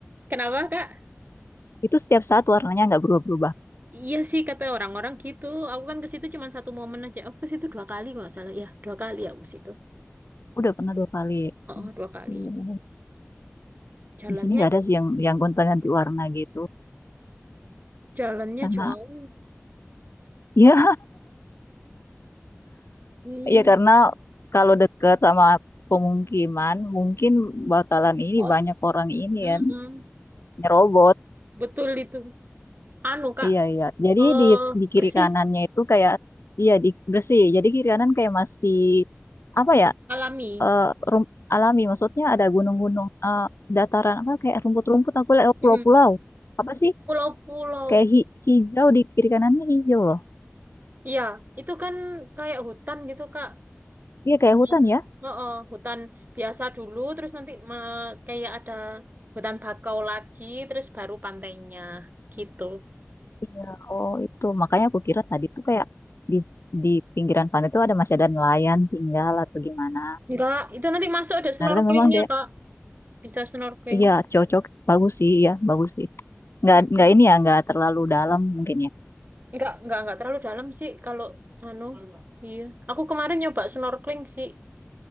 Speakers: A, on the right; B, on the left.
A: Kenapa, Kak?
B: Itu setiap saat warnanya nggak berubah-berubah.
A: Iya sih, kata orang-orang gitu. Aku kan ke situ cuma satu momen aja. Aku ke situ dua kali kalau nggak salah. Ya, dua kali aku ke situ.
B: Udah pernah dua kali.
A: Oh, oh, dua kali.
B: Hmm.
A: Jalannya,
B: Di sini nggak ada sih yang yang gonta-ganti warna gitu.
A: jalannya
B: Karena
A: jauh.
B: <laughs> ya,
A: Hmm.
B: ya karena kalau dekat sama pemukiman mungkin bakalan ini
A: Oh,
B: banyak orang ini
A: mm-mm.
B: kan nyerobot.
A: Betul itu. Anu, Kak,
B: Iya, iya. Jadi
A: eh
B: di, di kiri
A: bersih,
B: kanannya itu kayak, iya, di, bersih. Jadi kiri kanan kayak masih, apa ya,
A: alami.
B: eh, rum- alami. Maksudnya ada gunung-gunung, eh, dataran, apa, kayak rumput-rumput, aku lihat oh,
A: Mm-mm.
B: pulau-pulau. Apa sih?
A: Pulau-pulau.
B: Kayak hi- hijau di kiri kanannya hijau loh.
A: Iya, itu kan kayak hutan gitu, Kak.
B: Iya, kayak
A: Hutan,
B: hutan ya.
A: oh, oh, hutan biasa dulu, terus nanti me- kayak ada hutan bakau lagi, terus baru pantainya gitu.
B: Iya, oh itu. Makanya aku kira tadi tuh kayak di, di pinggiran pantai itu ada masih ada nelayan tinggal atau gimana.
A: Enggak, itu nanti masuk ada snorkelingnya,
B: Nah, ternyata memang deh,
A: Kak. Bisa snorkeling.
B: iya cocok, bagus sih, ya bagus sih. Nggak,
A: Mm-mm.
B: nggak ini ya, nggak terlalu dalam mungkin ya.
A: Enggak, enggak, enggak terlalu dalam sih kalau anu. Iya, aku kemarin nyoba snorkeling sih,